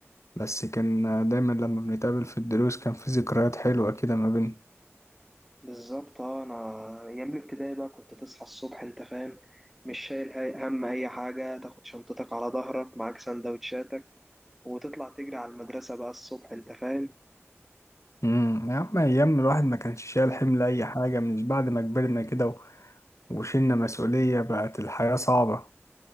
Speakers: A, on the left; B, in the centre.
A: بس كان دايما لما بنتقابل في الدروس كان في ذكريات حلوة كده ما بيننا
B: بالظبط اه انا ايام الابتدائي بقى كنت تصحى الصبح انت فاهم مش شايل هاي- هم اي حاجة تاخد شنطتك على ظهرك معاك سندوتشاتك وتطلع تجري على المدرسة بقى الصبح انت فاهم
A: امم يا عم ايام الواحد ما كانش شايل حمل اي حاجة مش بعد ما كبرنا كده و... وشلنا مسؤولية بقت الحياة صعبة